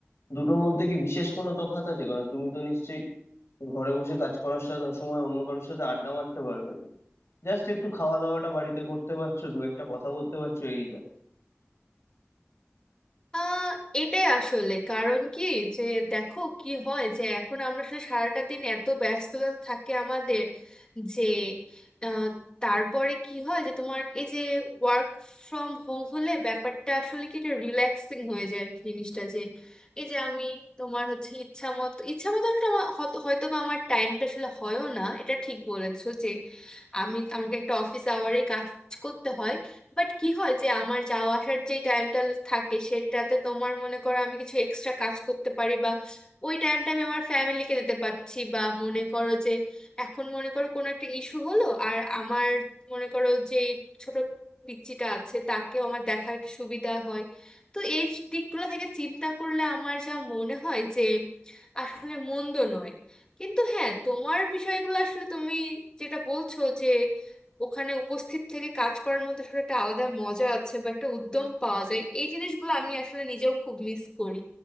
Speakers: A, on the left; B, on the left.
A: দুটোর মধ্যে কি বিশেষ কোনো তফাৎ আছে কারণ তুমি তো নিশ্চয়ই ঘরে বসে কাজ করার সাথে সময় অন্য কারোর সাথে আড্ডা মারতে পারবে না জাস্ট একটু খাওয়া দাওয়াটা বাড়িতে করতে পারছো দু একটা কথা বলতে পারছো এই যা
B: আহ এটাই আসলে কারণ কি যে দেখো কি হয় যে এখন আমরা আসলে সারাটা দিন এত ব্যস্ততা থাকে আমাদের যে আহ, তারপরে কি হয় যে তোমার এই যে ওয়ার্ক ফ্রম হোম হলে ব্যাপারটা আসলে কি এটা রিল্যাক্সিং হয়ে যায় আর কি জিনিসটা যে এই যে আমি তোমার হচ্ছে ইচ্ছা মতো ইচ্ছা মতো আসলে আমার হত- হয়তো বা আমার টাইমটা আসলে হয়ও না এটা ঠিক বলেছো যে আমি আমাকে একটা অফিস আওয়ারে কাজ করতে হয় বাট কি হয় যে আমার যাওয়া আসার যে টাইমটা থাকে সেটাতে তোমার মনে করো আমি কিছু এক্সট্রা কাজ করতে পারি বা ওই টাইমটা আমি আমার ফ্যামিলিকে দিতে পারছি বা মনে করো যে এখন মনে করো কোনো একটা ইস্যু হলো আর আমার মনে করো যে ছোট পিচ্চিটা আছে তাকেও আমার দেখা একটু সুবিধা হয় তো এই দিকগুলো থেকে চিন্তা করলে আমার যা মনে হয় যে আসলে মন্দ নয় কিন্তু হ্যাঁ তোমার বিষয়গুলো আসলে তুমি যেটা বলছো যে ওখানে উপস্থিত থেকে কাজ করার মধ্যে আসলে একটা আলাদা মজা আছে বা একটা উদ্যম পাওয়া যায় এই জিনিসগুলো আমি আসলে নিজেও খুব মিস করি